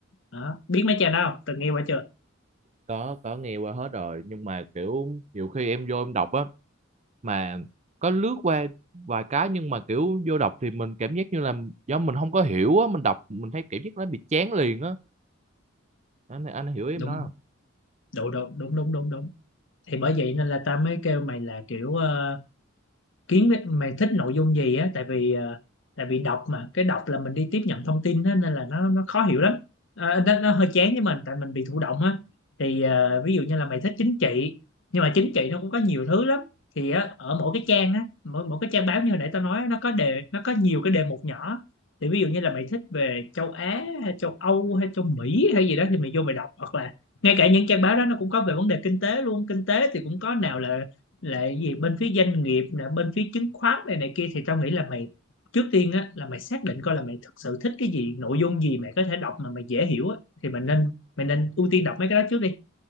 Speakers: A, on the left (about 65°); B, on the right (about 35°).
A: đó. biết mấy trang đó không từng nghe qua chưa
B: có có nghe qua hết rồi nhưng mà kiểu nhiều khi em vô em đọc á mà có lướt qua vài cái nhưng mà kiểu vô đọc thì mình cảm giác như là do mình không có hiểu á mình đọc mình thấy cảm giác nó bị chán liền á anh anh hiểu ý em
A: đúng
B: nói không
A: đúng đúng đúng đúng đúng đúng thì bởi vậy nên là ta mới kêu mày là kiểu ờ, kiếm cái- mày thích nội dung gì á tại vì ờ, tại vì đọc mà cái đọc là mình đi tiếp nhận thông tin á nên là nó nó khó hiểu lắm à, nó, nó hơi chán với mình tại mình bị thụ động á thì ờ, ví dụ như là mày thích chính trị nhưng mà chính trị nó cũng có nhiều thứ lắm thì á, ở mỗi cái trang á mỗi mỗi cái trang báo như hồi nãy tao nói á, nó có đề nó có nhiều cái đề mục nhỏ thì ví dụ như là mày thích về châu Á hay châu Âu hay châu Mỹ hay gì đó thì mày vô mày đọc hoặc là ngay cả những trang báo đó nó cũng có về vấn đề kinh tế luôn kinh tế thì cũng có nào là lại gì bên phía doanh nghiệp nè bên phía chứng khoán này này kia thì tao nghĩ là mày trước tiên á là mày xác định coi là mày thực sự thích cái gì nội dung gì mày có thể đọc mà mày dễ hiểu á thì mày nên mày nên ưu tiên đọc mấy cái đó trước đi